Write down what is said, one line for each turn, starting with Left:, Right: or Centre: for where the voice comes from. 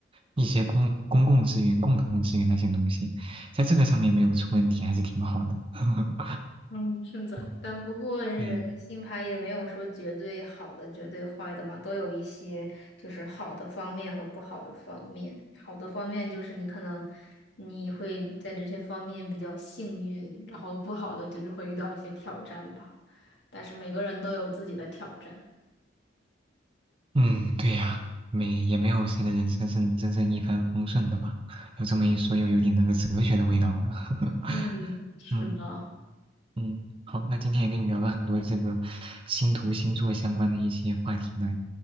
Right: 一些公公共资源、共同资源那些东西，在这个上面没有出问题，还是挺好的。<laughs>
Left: 嗯，是的，
Right: 嗯
Left: 但不过人星牌也没有说绝对好的、
Right: 对，
Left: 绝对坏的嘛，都有一些就是好的方面和不好的方面。好的方面就是你可能你会在这些方面比较幸运，然后不好的就是会遇到一些挑战吧。但是每个人都有自己的挑战。
Right: 嗯，对呀，没也没有谁的人生是真正一帆风顺的吧？有这么一说，又有点那个哲学的味道了。<laughs>
Left: 嗯，是的，
Right: 嗯嗯，好，那今天也跟你聊了很多这个星图星座相关的一些话题呢，